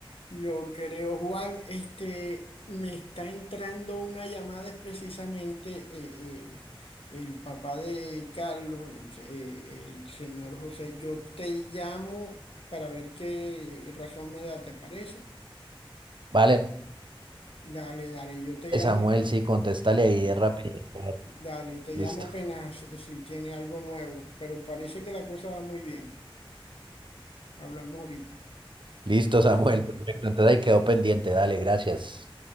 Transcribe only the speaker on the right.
Vale,
Samuel,
sí, contéstale ahí de rapidito.
Listo.
Listo, Samuel, perfecto. Entonces ahí quedó pendiente. Dale, gracias.